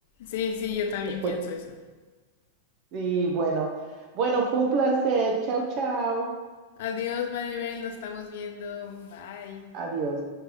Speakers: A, on the left; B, on the right.
A: Sí, sí, yo también
B: Después
A: pienso
B: que...
A: eso.
B: Sí, bueno. Bueno, fue un placer. Chao, chao.
A: Adiós, Maribel, nos estamos viendo. Bye.
B: Adiós.